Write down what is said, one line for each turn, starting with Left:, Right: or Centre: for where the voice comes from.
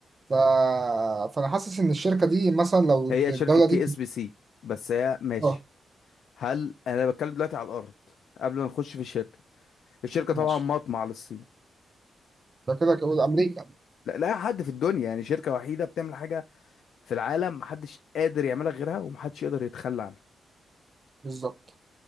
Right: ف... فانا حاسس ان الشركه دي مثلا لو
Left: هي
Right: الدوله
Left: شركة تي
Right: دي
Left: اس بي سي بس هي ماشي
Right: اه
Left: هل انا بتكلم دلوقتي على الارض قبل ما نخش في الشركة الشركة
Right: ماشي
Left: طبعا مطمع للصين
Right: ده كده كده امريكا
Left: لا لا حد في الدنيا يعني شركة وحيدة بتعمل حاجة في العالم محدش قادر يعملها غيرها ومحدش يقدر يتخلى عنها
Right: بالظبط